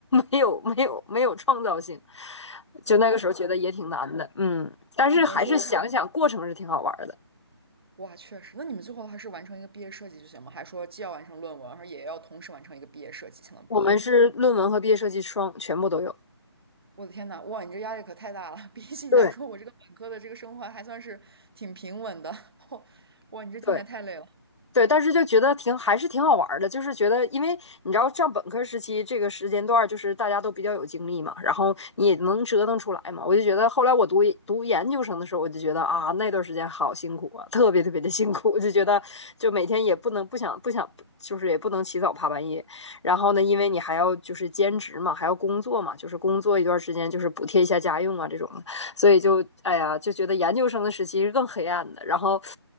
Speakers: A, on the left; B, on the right.
A: 没有没有没有创造性。就那个时候觉得也挺难的，
B: 哇，
A: 嗯，但是还是想想过程是挺好玩的。
B: 你们说的话，哇，确实。那你们最后还是完成一个毕业设计就行吗？还说既要完成论文，而也要同时完成一个毕业设计才能毕业？
A: 我们是论文和毕业设计双全部都有。
B: 我的天呐，哇，你这压力可太大了！比起你来说，
A: 对，
B: 我这个本科的这个生活还算是挺平稳的。<laughs> 哇，哇，你这听起来太累了。
A: 对对，但是就觉得挺还是挺好玩儿的，就是觉得，因为你知道上本科时期这个时间段儿，就是大家都比较有精力嘛，然后你也能折腾出来嘛。我就觉得后来我读读研究生的时候，我就觉得啊，那段时间好辛苦啊，特别特别的辛苦，我就觉得就每天也不能不想不想，就是也不能起早爬半夜。然后呢，因为你还要就是兼职嘛，还要工作嘛，就是工作一段时间就是补贴一下家用啊这种的。所以就哎呀，就觉得研究生的时期是更黑暗的。然后，